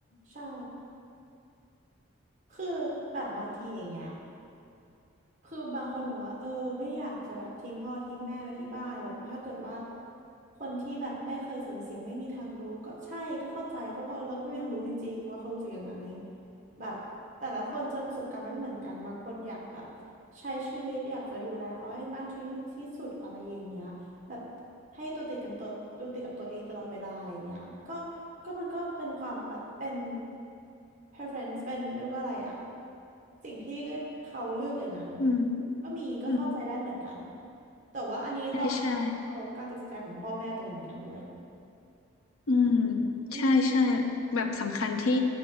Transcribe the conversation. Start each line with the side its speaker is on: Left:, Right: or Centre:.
Right: ใช่ คือแบบบางทีอย่างเงี้ยคือบางคนบอกว่าเออไม่อยากจะแบบทิ้งพ่อทิ้งแม่ไว้ที่บ้านแบบถ้าเกิดว่าคนที่แบบไม่เคยสูญเสียไม่มีทางรู้ก็ใช่ก็เข้าใจก็เพราะเราก็ไม่มีทางรู้จริงๆว่าเขารู้สึกยังไงแบบแต่ละคนเจอประสบการณ์มันไม่เหมือนกันบางคนอยากแบบใช้ชีวิตอยากจะดูแลเขาให้มากที่ที่สุดอะไรอย่างเงี้ย แบบให้ตัวติดกับตัวตัวติดกับตัวเองตลอดเวลาอย่างเงี้ยก็ก็มันก็เป็นความแบบเป็น preference เป็นเรียกว่าอะไรอะสิ่งที่เขาเลือกอย่างนั้น
Left: อืม
Right: ก็มีก็เข้าใจได้เหมือนกัน
Left: อืม
Right: แต่ว่าอันนี้ต้องต้องเคารพการตัดสินใจของพ่อแม่ตรงเหมือนกันด้วย
Left: ใช่ใช่ อืม
Right: อืม
Left: ใช่ใช่แบบสำคัญที่